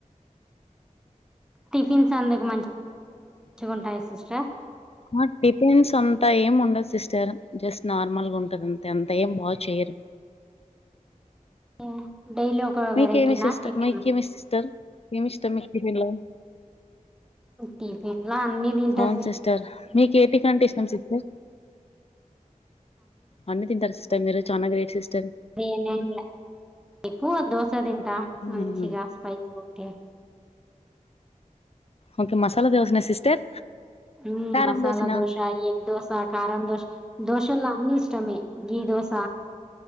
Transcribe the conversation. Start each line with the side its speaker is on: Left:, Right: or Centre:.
Centre: టిఫిన్స్ అందుకు మంచి మంచిగా ఉంటాయి సిస్టర్
Left: ఆ టిఫిన్స్ అంతా ఏం ఉండదు సిస్టర్ జస్ట్ నార్మల్ గా ఉంటంది అంతే అంత ఏం బాగా చేయరు
Centre: హా డైలీ ఒక
Left: మీకేమి
Centre: వెరైటీనా
Left: సిస్టర్
Centre: టిఫిన్
Left: మీకేమి సిస్టర్ ఏమి ఇష్టం మీకి టిపెన్ లో
Centre: టిఫిన్ లో అన్ని తింటా
Left: అవును సిస్టర్ మీ కే టిఫిన్ అంటే ఇష్టం సిస్టర్ అన్ని తింటారు సిస్టర్ మీరు చానా గ్రేట్ సిస్టర్
Centre: నేను ఏమిలే ఎక్కువ దోశ తింటా మంచిగా
Left: మ్మ్.
Centre: స్పైసీ ఉంటే
Left: ఓకే మసాలా దోశ నా సిస్టర్
Centre: ఉం
Left: కారం
Centre: మసాలా
Left: దోసనా
Centre: దోశ, ఎగ్ దోశ, కారం దోశ దోశలో అన్ని ఇష్టమే గీ దోస